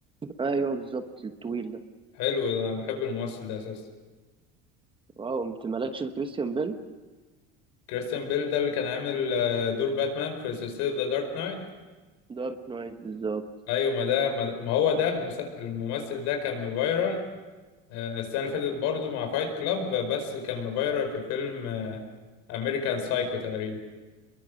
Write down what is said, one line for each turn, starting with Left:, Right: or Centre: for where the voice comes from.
Right: أيوه بالظبط الطويل ده
Left: حلو ده انا بحب الممثل ده اساسا
Right: واو أنت مالكش في كريستيان بيل
Left: كريستيان بيل ده اللي كان عامل آه، دور باتمان في سلسلة ذا دارك نايت
Right: دارك نايت بالظبط
Left: ايوه ما ده ما ده- ما هو ده المس- الممثل ده كان فايرال السنة اللي فاتت برضه مع فايت كلاب بس كان فايرال في فيلم امريكان سايكو تقريبا